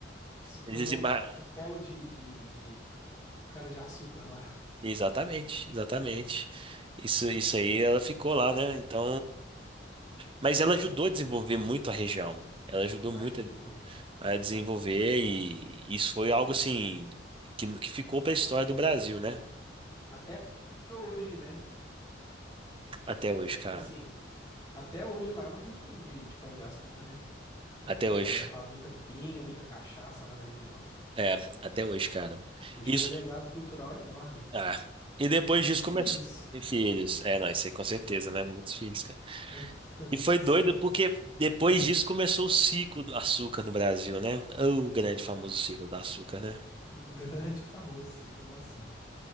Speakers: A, on the left; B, on the right.
A: Se tornou
B: Eles desembar...
A: um, um polo de, de, de cana de açúcar lá.
B: Exatamente, exatamente. Isso, isso aí, ela ficou lá, né? Então. Mas ela ajudou a desenvolver muito a região. Ela ajudou
A: Ajudou.
B: muito. a desenvolver e isso foi algo assim que, que ficou para a história do Brasil, né?
A: Até hoje, né?
B: Até hoje,
A: Tipo
B: cara.
A: assim, até hoje lá é uma região de, de cana de açúcar, né?
B: Até
A: Que
B: hoje.
A: a galera faz muita pinga, muita cachaça lá na região.
B: É, até hoje, cara.
A: Deixou
B: Isso,
A: um legado cultural enorme.
B: ah, e depois disso
A: E filhos.
B: começou. E filhos. É, não, isso aí com certeza, né? Muitos filhos, cara.
A: <laughs>
B: E
A: Muitos
B: foi doido
A: filhos.
B: porque depois disso começou o ciclo do açúcar no Brasil, né? O grande famoso ciclo do açúcar, né?
A: Um grande e famoso ciclo do açúcar.